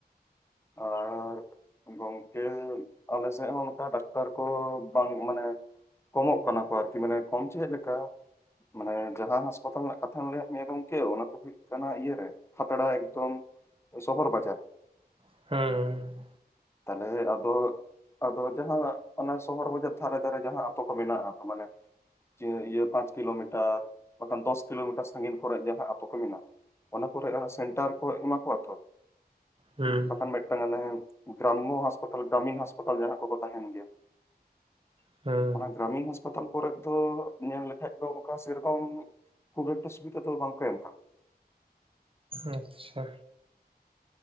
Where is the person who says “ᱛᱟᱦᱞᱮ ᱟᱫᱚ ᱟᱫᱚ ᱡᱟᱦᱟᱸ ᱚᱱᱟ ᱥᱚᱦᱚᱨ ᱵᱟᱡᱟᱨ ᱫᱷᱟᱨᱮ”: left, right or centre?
Left